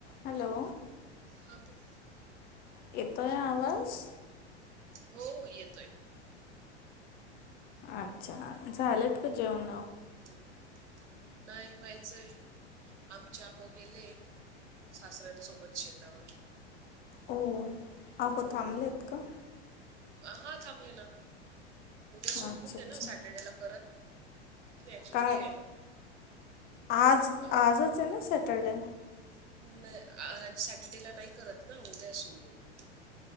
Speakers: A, on the left; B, on the right.
A: Hello.
B: हा बोल
A: येतोय आवाज?
B: हो येतोय.
A: अच्छा झालेत का जेवण?
B: हम्म. नाही व्हायचंय आमच्या अहो गेले सासऱ्यांसोबत शेतावर
A: हो अहो थांबलेत
B: हम्म.
A: का
B: हा थांबले ना उद्या सुनमुक
A: अच्छा
B: आहे
A: अच्छा
B: ना सॅटर्डे ला परत <inaudible>
A: काय आज
B: अं,
A: आजच आहे ना सॅटरडे
B: ना सॅटरडे ला नाही करत ना उद्या असून मग